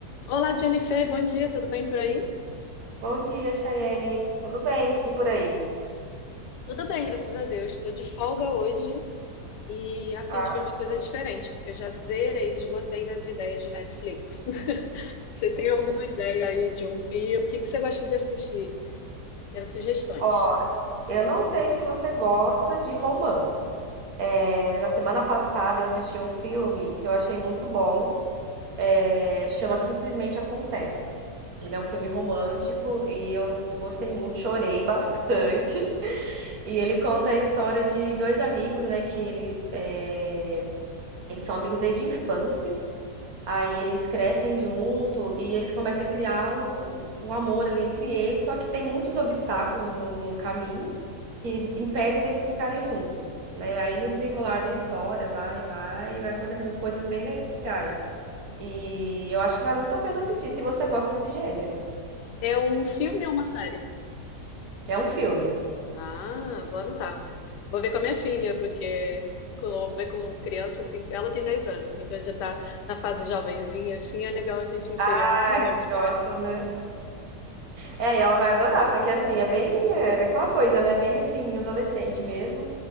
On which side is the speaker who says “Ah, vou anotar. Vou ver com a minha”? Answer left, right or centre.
Left